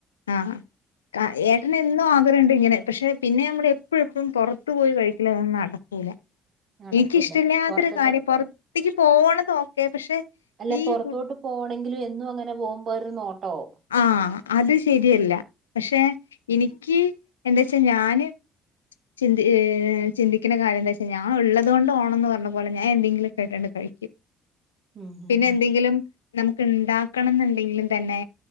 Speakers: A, on the left; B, on the right.
A: ആ ഏട്ടന് എന്നും ആഗ്രഹമുണ്ട് ഇങ്ങനെ പക്ഷെ പിന്നെ നമ്മള് എപ്പോഴും എപ്പോഴും പുറത്ത് പോയി കഴിക്കലതൊന്നും നടക്കില്ല
B: നടക്കൂല
A: എനിക്കിഷ്ടില്ലാത്തൊരു
B: പൊറത്തോട്ട്
A: കാര്യം പുറത്തേക്ക് പോണത് ഓക്കേ പക്ഷെ
B: അല്ല
A: ഈ
B: പോറത്തോട്ട്
A: കു
B: പോണമെങ്കി എന്നും അങ്ങനെ പോകുമ്പോ അതൊരു നോട്ടോമാവും
A: ആഹ് അത് ശരിയല്ല പക്ഷെ എനിക്ക് എന്താ വച്ചാ ഞാന് ചിന്തിഏ ചന്തിക്കുന്ന കാര്യ എന്താ ചി ചി ചിന്തികണാ കാര്യം വെച്ചാ ഞൾ ഉള്ളത കൊണ്ട് ഓണംന്ന് പറഞ്ഞ പോലെ ഞാൻ എന്തെങ്കിലും കേട്ടണ്ട <inaudible>
B: ഉം ഹ്
A: പിന്നെ
B: ഹ്
A: നമുക്ക് ഇണ്ടാക്കണം എന്നുണ്ടെങ്കിലും തന്നെ